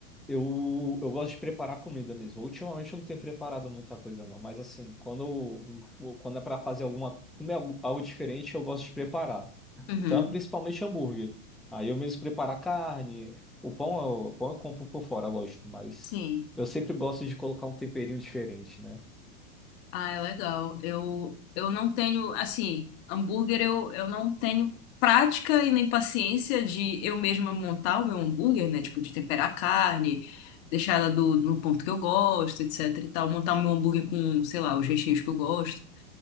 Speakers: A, in the centre; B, on the left.
A: eu, eu gosto de preparar comida mesmo. Ultimamente eu não tenho preparado muita coisa, não. Mas assim, quando, eu- quando é para fazer alguma, comer algo, algo diferente, eu gosto de preparar.
B: Uhum.
A: Então, principalmente hambúrguer. Aí eu mesmo preparo a carne. O pão, eu- o pão eu compro por fora, lógico. Mas
B: Sim.
A: eu sempre gosto de colocar um temperinho diferente, né?
B: Ah, é legal. Eu, eu não tenho, assim, hambúrguer eu, eu não tenho prática e nem paciência de eu mesma montar o meu hambúrguer, né? Tipo, de temperar a carne, deixar ela do, do ponto que eu gosto, etc e tal. Montar o meu hambúrguer com, sei lá, os recheios que eu gosto.